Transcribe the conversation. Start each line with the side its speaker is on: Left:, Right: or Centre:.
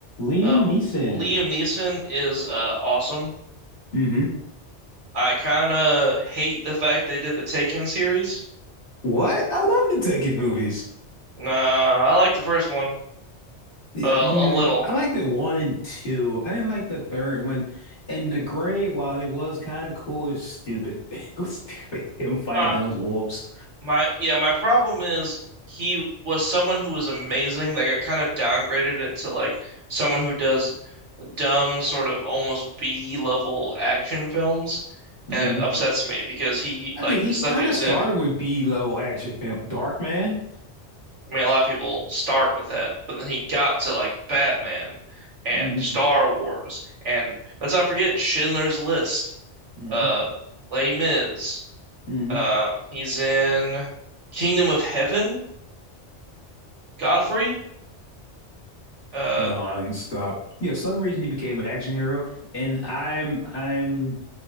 Left: Liam
Right: Uh,
Left: Neeson.
Right: Liam Neeson is uh, awesome.
Left: hmm
Right: I kind of hate the fact they did the Taken series.
Left: What? I love the Taken movies.
Right: Nah, I like the first one
Left: Yeah,
Right: uh, a
Left: mm,
Right: little.
Left: I liked it one and two. I didn't like the third one. And the gray, while it was kind of cool, it's stupid. <laughs> It was stupid <laughs> him fight
Right: My
Left: those wolves.
Right: my yeah, my problem is he was someone who was amazing. They got kind of downgraded into like someone who does dumb sort of almost B level action films,
Left: hmm
Right: and it upsets me because he
Left: I
Right: like
Left: mean, he
Right: the stuff
Left: kind
Right: he was
Left: of started
Right: in
Left: with B-level action film, Dark Man.
Right: I mean, a lot of people start with that, but then he got to like Batman and
Left: Mm-hmm.
Right: Star Wars, and let's not forget Schindler's List,
Left: Mm-hmm.
Right: uh, Les Mis.
Left: Mm-hmm.
Right: Um, he's in Kingdom of Heaven, Godfrey. Uh,
Left: Non-stop. Yeah, for some reason he became an action hero, and I'm I'm